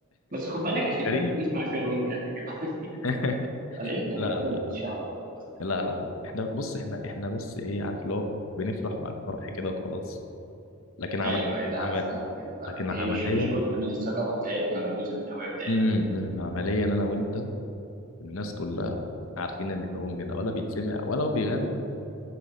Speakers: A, on the right; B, on the left.
A: بس خد بالك عشان
B: غريب
A: احنا بنسمع كابونجا احنا كده <laughs>
B: <laughs>
A: لأن احنا
B: لا
A: كده كده
B: لا
A: من الشعب برضه بس
B: لا لا لا احنا بص احنا احنا بس ايه عارف اللي هو بنفرح مع الفرح كده وخلاص لكن عمل
A: ايوه أيوة، لا
B: عمل
A: انا فاهمك انا فاهمك
B: لكن
A: هي
B: عمليا
A: مش مش جزء من الثقافه بتاعتنا ولا جزء من الهويه بتاعتنا
B: امم
A: يعني.
B: عمليا انا وانت الناس كلها عارفين ان كابونج ده ولا بيتسمع ولا هو بيغني